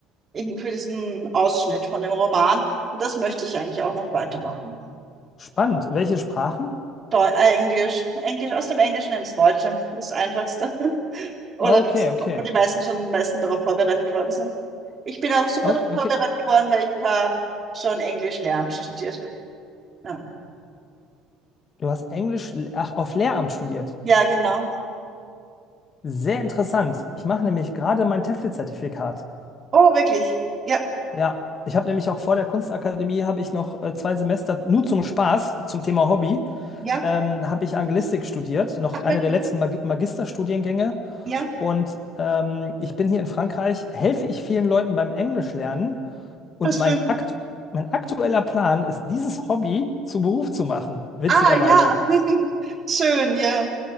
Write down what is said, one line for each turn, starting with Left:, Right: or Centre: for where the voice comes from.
Right: eben für diesen Ausschnitt von dem Roman. Und das möchte ich eigentlich auch noch weitermachen.
Left: Spannend. Welche Sprachen?
Right: Deu äh, Englisch, Englisch, aus dem Englischen ins Deutsche, das Einfachste. <laughs> Oder
Left: Okay,
Right: das,
Left: okay.
Right: wo die meisten schon am meisten darauf vorbereitet worden sind. Ich bin auch super
Left: Okay,
Right: darauf
Left: okay.
Right: vorbereitet worden, weil ich habe schon Englisch lernen studiert. Ja,
Left: Du hast Englisch, ach, auf Lehramt studiert.
Right: ja genau.
Left: Sehr interessant. Ich mache nämlich gerade mein TEFL-Zertifikat.
Right: Oh, wirklich? Ja,
Left: Ja, ich habe nämlich auch vor der Kunstakademie habe ich noch äh, zwei Semester nur zum Spaß, zum Thema Hobby,
Right: ja.
Left: ähm, habe ich Anglistik studiert, noch
Right: Ach,
Left: einer
Right: wirklich?
Left: der letzten Mag Magisterstudiengänge.
Right: Ja,
Left: Und ähm, ich bin hier in Frankreich, helfe ich vielen Leuten beim Englisch lernen. Und
Right: das ist
Left: mein
Right: schön.
Left: Akt mein aktueller Plan ist, dieses Hobby zu Beruf zu machen, witzigerweise.
Right: Ah, ja. <laughs> Schön, ja.